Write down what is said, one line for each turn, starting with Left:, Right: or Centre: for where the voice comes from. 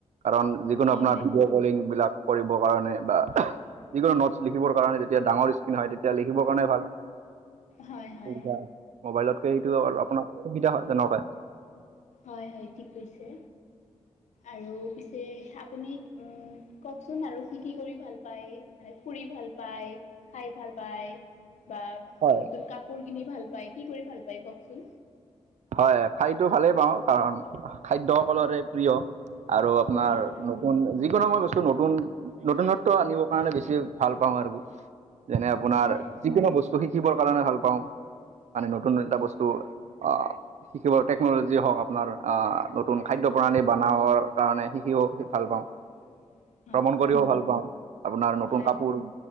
Right: কাৰণ, যিকোনো
Left: হয়
Right: আপোনাৰ
Left: হয়
Right: ভিডিঅ' বলিং বিলাক কৰিবৰ কাৰণে বা যিকোনো নটছ লিখিবৰ কাৰণে যেতিয়া ডাঙৰ স্ক্ৰীন হয়, তেতিয়া লিখিবৰ কাৰণে ভাল। <unintelligible>
Left: হয় হয়
Right: ম'বাইলতকে সেইটো আৰু আপোনাৰ সুবিধা হয়, তেনেকুৱাই।
Left: হয়-হয়, ঠিক কৈছে। আৰু পিছে, আপুনি কওকচোন আৰু কি কি কৰি ভাল পায়, মানে ফুৰি ভাল পায় খাই ভাল পায় বা
Right: হয়
Left: <unintelligible> নতুন কাপোৰ কিনি ভাল পায়, কি কৰি ভাল পায় কওঁকচোন?
Right: হয়, খাইতো ভালেই পাওঁ। কাৰণ, খাদ্য সকলোৰে প্ৰিয় আৰু আপোনাৰ
Left: হয় হয়
Right: যিকোনো মই বস্তু নতুন নতুনত্ব আনিব কাৰণে বেছি ভাল পাওঁ আৰু। যেনে আপোনাৰ
Left: হয়
Right: যিকোনো বস্তু শিকিবৰ কাৰণে ভাল পাওঁ। মানে নতুন এটা বস্তু অ'। শিকিবৰ টেকন'লজি হওঁক, আপোনাৰ নতুন খাদ্য প্ৰণালী বনাবৰ কাৰণে শিকিব ভাল পাওঁ।
Left: <inaudible>
Right: ভ্ৰমণ কৰিও ভাল পাওঁ। আপোনাৰ নতুন
Left: হয়
Right: কাপোৰ